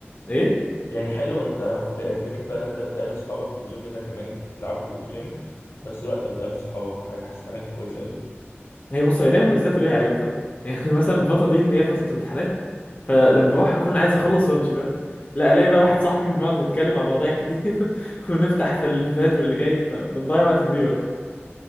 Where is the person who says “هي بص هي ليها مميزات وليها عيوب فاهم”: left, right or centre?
Left